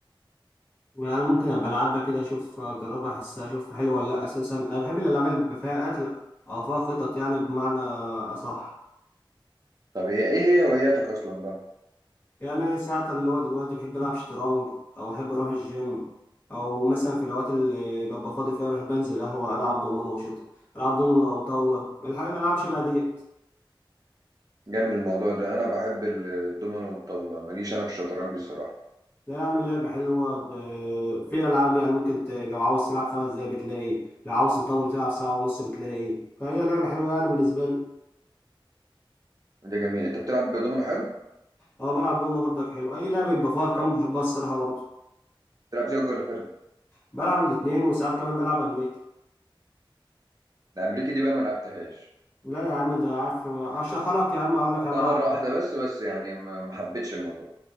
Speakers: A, on the left; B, on the right.
A: ما انا ممكن ابقى العبها كده اشوف اجربها احسها اشوف حلوه ولا لا اساسا انا بحب الالعاب اللي بيبقى فيها قتل او فيها خطط يعني بمعنى اصح
B: طب ايه ايه هي هواياتك اصلا بقى
A: يعني ساعات اللي هو دلوقتي بحب العب شطرنج او احب اروح الجيم او مثلا في الاوقات اللي ببقى فاضي فيها بحب انزل قهوه العب دومينو وشط العب دومينو او طاوله الحاجه اللي العب شبه ديت
B: جامد الموضوع ده انا بحب ال- الدومينو والطاوله ماليش انا في الشطرنج الصراحه
A: لا اعمل لعبه حلوه ب... في العاب يعني ممكن ت... لو عاوز تلعب خمس دقايق بتلاقي لو عاوز تطول تلعب ساعه ونص بتلاقي فهي لعبه حلوه يعني بالنسبه لي
B: ده جميل انت بتلعب دومينو حلو
A: اه بلعب دومينو برضك حلو اي لعبه يبقى فيها ارقام
B: لا،
A: بحبها الصراحه برضه
B: بتلعب زوجي ولا فردي
A: بلعب الاثنين وساعات كمان بلعب امريكي
B: الامريكي دي بقى ما لعبتهاش
A: لا يا عم ده عارف اشرح لك يا عم اقول لك
B: لعبتها
A: انا بلعب
B: مره
A: ايه
B: واحده بس بس يعني ما ما حبيتش الموضوع